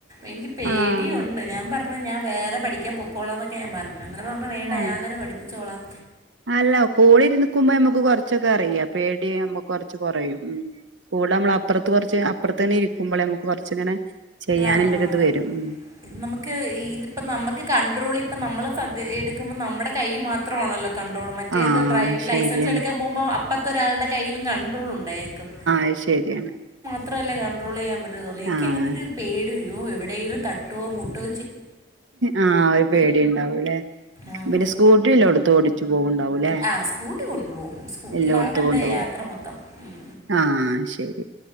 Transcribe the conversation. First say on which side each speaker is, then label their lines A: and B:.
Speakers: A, on the right; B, on the right.
A: എനിക്ക് പേടിയുണ്ട്
B: ആഹ്
A: ഞാൻ പറഞ്ഞ ഞാൻ വേറെ പഠിക്കാൻ പക്കോ എന്നൊക്കെ ഞാ പറഞ്ഞ എന്നാല പറഞ്ഞ വേണ്ട
B: ആഹ്
A: ഞാൻ തെ പഠിച്ചോളാം
B: അല്ല കോളിരു നിക്കുമ്പോ നമുക്ക് കുറച്ചൊക്കെ അറിയാം പേഡി യെ കുറച്ച് കുറയും ഉ കൂടെ നമ്മള അപ്പുറത് കുറച്ച് അപ്പുത്ത്ന്നെ ഇരിക്കുമ്പോ നു കൊറച്ചിങ്ങനെ ചെയ്യാനുള്ളൊ
A: ആഹ്
B: ഇത് വരും ഉ
A: നമുക്ക് ഇതിപ്പം നമുക്ക് കണ്ടട്രോൾ ഇപ്പ നമ്മളൾ സദ്യ എടുക്കുമ്പോൾ നമ്മുടെ കൈ മാത്രമാണല്ലോ കണ്ട്രോളും മറ്റേത്
B: ആഹ്
A: ഡ്രൈവിംഗങ്
B: ശരിയാണ്
A: ലൈസൻസ് എടുക്കാൻ പോകുമ്പോ അപ്പത്തെ ഒരാളുടെ കയ്യിലും കണ്ടട്രോൾ ഉണ്ടായേക്കും
B: അയ് ശരിയാണ്
A: മാത്രല്ല കണ്ടട്രോൾ ചെയ്യാൻ പറ്റത്തോള്ള് എിക്കക്ക്ങ്ങനൊരു
B: ആഹ്
A: പേടി വരോ എവിടെലും തട്ടോ മുട്ടോ
B: ആ ഒരു പേടി ഉണ്ടാവൂല്ലെ
A: ആഹ്
B: പിന്നെ സ്കൂട്ടി എല്ലേ എടുത്ത് ഓടിച്ചു പോവണ്ടാവൂലേ
A: ആഹ് സ്കൂട്ടി കൊണ്ടുപോകും സ്കൂട്ടിലാണ്
B: എല്ലാംടുത്ത്
A: എൻ്റെ
B: കൊണ്ടു പോവും
A: യാത്ര മൊത്തം ഉം
B: ആ അ യ് ശരി